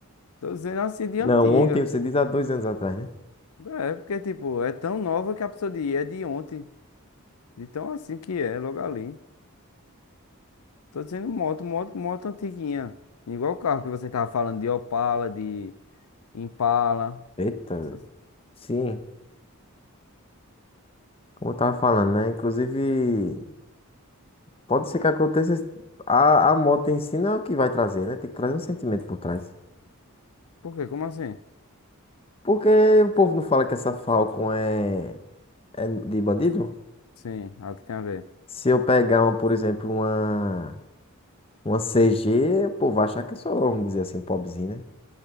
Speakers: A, on the left; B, on the left.
A: Tô dizendo assim de
B: Não,
A: antiga.
B: ontem você diz há dois anos atrás, né?
A: É, porque tipo, é tão nova que a pessoa de é de ontem. então assim que é, logo ali. Tô dizendo moto, moto, moto antiguinha. Igual o carro que você tava falando de Opala, de Impala.
B: Eita, velho.
A: Essas-
B: sim, como eu tava falando, né? Inclusive, pode ser que aconteça. esse- A, a moto em si não é o que vai trazer, né? Tem que trazer um sentimento por trás.
A: Por quê? Como assim?
B: Porque o povo não fala que essa Falcon é, é de bandido?
A: Sim, é o que tem a ver.
B: Se eu pegar uma, por exemplo, uma, uma CG, o povo vai achar que eu sou, vamos dizer assim, um pobrezinho, né?